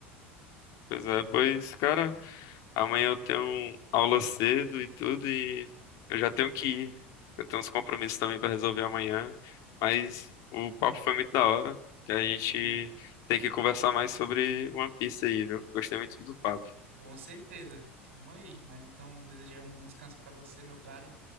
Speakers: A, on the left; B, on the right.
A: Pois é, pois, cara. Amanhã eu tenho aula cedo e tudo, e eu já tenho que ir. Eu tenho uns compromissos também para resolver amanhã. Mas o papo foi muito da hora, que a gente
B: foi mesmo.
A: tem que conversar mais sobre One Piece aí, viu? Gostei muito do papo.
B: Com certeza. Tamo aí. Mas então, desejar um bom descanso para você, meu caro,